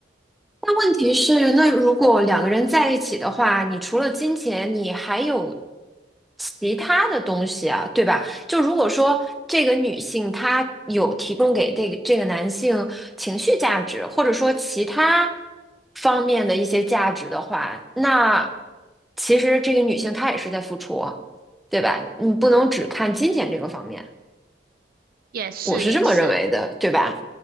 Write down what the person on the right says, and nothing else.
也是也是，